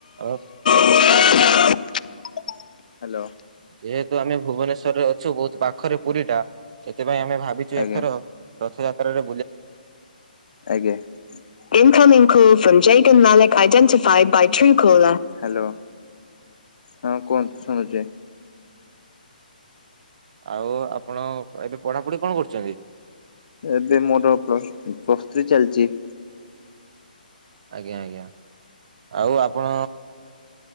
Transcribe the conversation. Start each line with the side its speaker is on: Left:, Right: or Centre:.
Right: ଆଉ
Left: ହ୍ୟାଲୋ।
Right: ଯେହେତୁ ଆମେ ଭୁବନେଶ୍ଵରରେ ଅଛୁ ବହୁତ ପାଖରେ ପୁରୀଟା ସେଥିପାଇଁ ଆମେ ଭାବିଛୁ
Left: ଆଜ୍ଞା
Right: ଏଥର ରଥଯାତ୍ରାରୁ
Left: ଆଜ୍ଞା। ହ୍ୟାଲୋ। ହଁ କୁହନ୍ତୁ ଶୁଣୁଛି।
Right: ଆଉ ଆପଣ ଏବେ ପଢାପଢି କଣ କରୁଛନ୍ତି?
Left: ଏବେ ମୋର ପ୍ଲସ୍ ପ୍ଲସ୍ ଥ୍ରୀ ଚାଲିଛି।
Right: ଆଜ୍ଞା ଆଜ୍ଞା, ଆଉ ଆପଣ